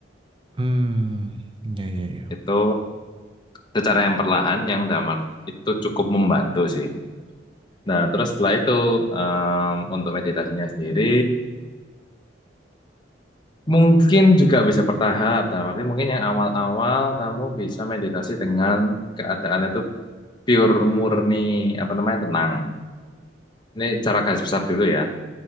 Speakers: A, on the right; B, on the left.
A: Hmm, ya ya ya.
B: Itu secara yang perlahan yang damai itu cukup membantu sih. Nah, terus setelah itu em, untuk meditasinya sendiri mungkin juga bisa bertahap. Dalam arti mungkin yang awal-awal kamu bisa meditasi dengan keadaan itu pure murni apa namanya tenang. Ini cara garis besar dulu ya.